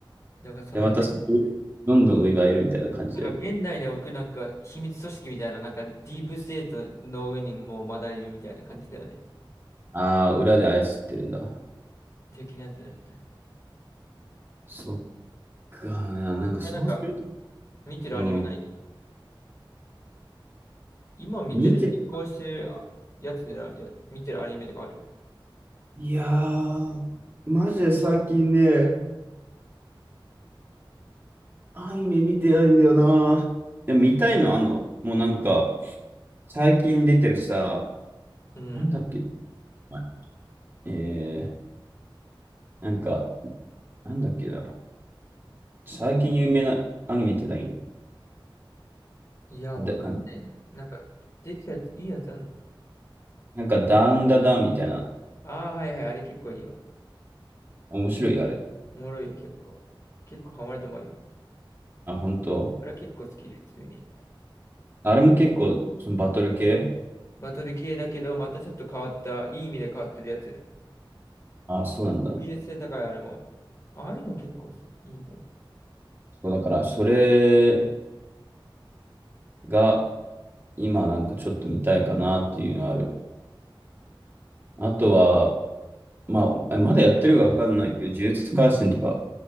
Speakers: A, on the left; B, on the right.
A: なんかそのね、
B: で、またそのどんどん上がいるみたいな感じだよね。
A: なんか現代に置くなんか秘密組織みたいな、なんかディープステートの上にもうまだいるみたいな感じだよね。
B: ああ、裏で操ってるんだ。
A: 的なやつだよね。
B: そっかな、
A: あ、
B: なんかそうすると、
A: これなんか見てるアニメない
B: うん、
A: 今見てる、
B: 見て、
A: 進行してるあやつでな、や、見てるアニメとかある
B: いやー、マジで最近ね、アニメ見てないんだよな。いや見たいのあんのもうなんか、最近出てるさ、
A: うん。
B: なんだっけ、前えー、なんか、なんだっけな、最近有名なアニメって何
A: いや、
B: だ、
A: わかんないな。
B: なんか、
A: なんか、出てるやつ、いいやつあんの
B: なんかダウンダダンみたいな、
A: ああー、はいはい、あれ結構いいよ。
B: 面白いよあれ。
A: おもろいよ、結構。結構ハマると思うよ。
B: あ、本当。
A: あれは結構好き、普通に。
B: あれも結構、そのバトル系
A: バトル系だけど、またちょっと変わった、いい意味で変わってるやつ。
B: あ、そうなんだ。
A: 技術性高い、あれも。ああいうの結構いいと思
B: そうだから、それが、今なんかちょっと見たいかなっていうのある。あとは、まあ、えまだやってるかわかんないけど、呪術廻戦とか、